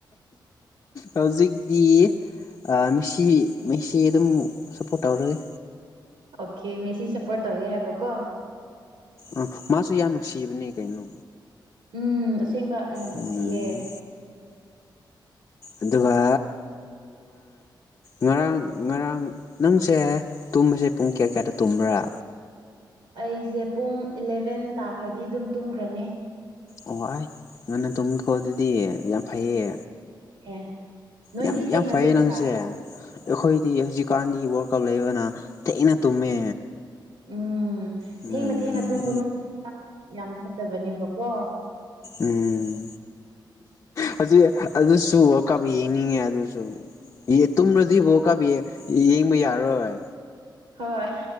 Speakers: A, on the left; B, on the right.
A: ꯍꯧꯖꯤꯛꯗꯤ ꯑꯥ ꯃꯦꯁꯤ ꯃꯦꯁꯤ ꯑꯗꯨꯝ ꯁꯞꯄꯣꯠ ꯇꯧꯔꯒꯦ
B: ꯑꯣꯀꯦ ꯃꯦꯁꯤ ꯁꯞꯄꯣꯔꯠ ꯇꯧꯒꯦ ꯍꯥꯏꯕꯀꯣ
A: ꯑ ꯃꯥꯁꯨ ꯌꯥꯝ ꯅꯨꯡꯁꯤꯕꯅꯦ ꯀꯩꯅꯣ
B: ꯎꯝ ꯑꯁꯦꯡꯕ ꯌꯥꯝ ꯅꯨꯡꯁꯤꯌꯦ
A: ꯎꯝ ꯑꯗꯨꯒ ꯉꯔꯥꯡ ꯉꯔꯥꯡ ꯅꯪꯁꯦ ꯇꯨꯝꯕꯁꯦ ꯄꯨꯡ ꯀꯌꯥ ꯀꯌꯥꯗ ꯇꯨꯝꯕ꯭ꯔꯥ
B: ꯑꯩꯁꯦ ꯄꯨꯡ ꯏꯂꯚꯦꯟ ꯇꯥꯈ꯭ꯔꯗꯤ ꯑꯗꯨꯝ ꯇꯨꯝꯈ꯭ꯔꯅꯤ
A: ꯑꯣꯥꯏ ꯉꯟꯅ ꯇꯨꯝꯝꯈꯣ ꯑꯗꯨꯗꯤ ꯌꯥꯝ ꯐꯩꯌꯦ
B: ꯑꯦ ꯅꯣꯏꯗꯤ
A: ꯌꯥꯝ
B: ꯊꯦꯡꯅ
A: ꯌꯥꯝ ꯐꯩꯌꯦ
B: ꯇꯨꯝꯕ꯭ꯔꯥ
A: ꯅꯪꯁꯦ ꯑꯩꯈꯣꯏꯗꯤ ꯍꯧꯖꯤꯛꯀꯥꯟꯗꯤ ꯋꯥꯔꯜ ꯀꯞ ꯂꯩꯕꯅ ꯊꯦꯡꯅ ꯇꯨꯝꯃꯦ
B: ꯎꯝ
A: ꯎꯝ
B: ꯊꯦꯡꯅ ꯊꯦꯡꯅ ꯇꯨꯝꯒꯨꯅ ꯌꯥꯝ ꯐꯠꯇꯕꯅꯦꯕꯀꯣ
A: ꯎꯝ ꯍꯧꯖꯤꯛ ꯑꯗꯨꯁꯨ ꯋꫪꯥꯜ ꯀꯕ ꯌꯦꯡꯅꯤꯡꯉꯦ ꯑꯗꯨꯁꯨ ꯇꯨꯝꯅꯗꯤꯕꯨ ꯀ ꯌꯦꯡꯕ ꯌꯥꯔꯣꯏ
B: ꯍꯣꯏ